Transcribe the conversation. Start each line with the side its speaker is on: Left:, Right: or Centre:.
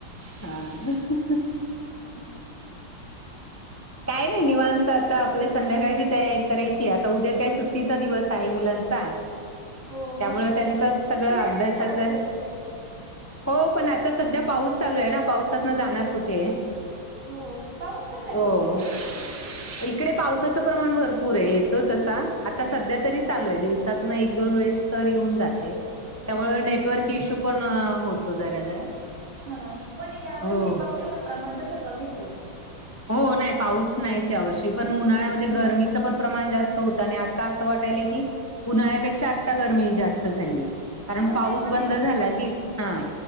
Left: हा.
Right: हं.
Left: काय नाही निवांत आता. आपली संध्याकाळची तयारी. करायची. आता उद्या काय
Right: अं,
Left: सुट्टीचा दिवस आहे मुलांचा.
Right: हो
Left: त्यामुळे
Right: मग
Left: त्यांचच सगळं
Right: फिरायला
Left: अभ्यासाच-
Right: नेणार असेल
Left: हो. पण आता सध्या पाऊस चालू आहे ना, पावसातंन जाणार
Right: हो
Left: कुठे?
Right: हो पाऊस कसा आहे
Left: हो.
Right: तुमच्याकडे
Left: इकडे पावसाचं प्रमाण भर- पुर आहे. येतो तसा आता सध्या तरी चालू आहे. दिवसातन एक दोन वेळेस सर येऊन जाते.
Right: ओके
Left: त्यामुळे
Right: ओके
Left: नेटवर्क इश्यू पण होतो जरा जरा.
Right: हा. पण या वर्षी
Left: हो
Right: पावसाचं प्रमाण तसं कमीच आहे.
Left: हो. नाही पाऊस नाहीच या वर्षी. पण उन्हाळ्यामध्ये
Right: मग
Left: गरमी- च पण प्रमाण जास्त होतं. आणि आता असं वाटायलय की- उन्हाळ्यापेक्षा आता गरमी जास्त झालीय. कारण
Right: अहो
Left: पाऊस
Right: ताई मध्ये
Left: बंद झाला की हा.